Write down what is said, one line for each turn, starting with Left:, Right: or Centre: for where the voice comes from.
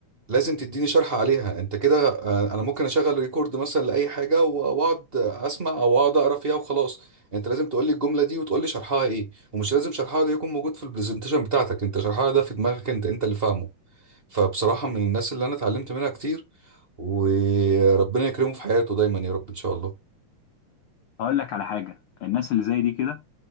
Right: لازم تديني شرح عليها انت كده آه، انا ممكن اشغل ريكورد مثلا لاي حاجه و- واقعد اسمع او اقعد اقرا فيها وخلاص انت لازم تقول لي الجمله دي وتقول لي شرحها ايه ومش لازم شرحها ده يكون موجود في البرزنتيشن بتاعتك انت شرحها ده في دماغك انت انت اللي فاهمه فبصراحه من الناس اللي انا اتعلمت منها كتير وربنا يكرمه في حياته دايما يا رب ان شاء الله
Left: هقول لك على حاجه الناس اللي زي دي كده